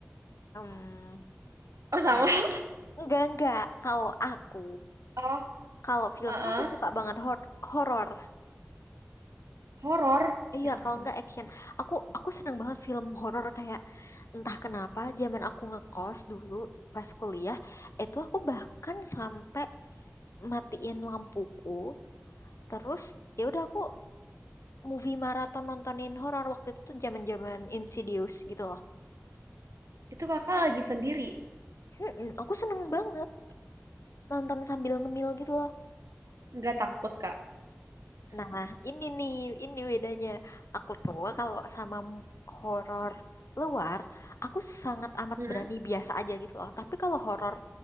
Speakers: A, on the left; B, on the right.
A: Hmm,
B: Oh sama.
A: ya.
B: <laughs>
A: Enggak enggak. Kalau aku,
B: Oh,
A: kalau film
B: heeh.
A: tuh aku suka banget hor- horor.
B: Horor.
A: Iya,
B: Ya ampun.
A: kalau enggak action. Aku aku seneng banget film horor kayak entah kenapa zaman aku ngekos dulu pas kuliah, itu aku bahkan sampai matiin lampuku Terus ya udah aku movie maraton nontonin horor waktu itu tuh zaman-zaman Insidious gitu loh.
B: Itu kakak lagi sendiri,
A: Mm-mm, aku seneng banget nonton sambil ngemil gitu loh.
B: nggak takut kak?
A: Nah, ini nih, ini bedanya. Aku tuh kalau sama m- horor luar, aku sangat amat
B: Heeh,
A: berani biasa aja gitu loh. Tapi kalau horor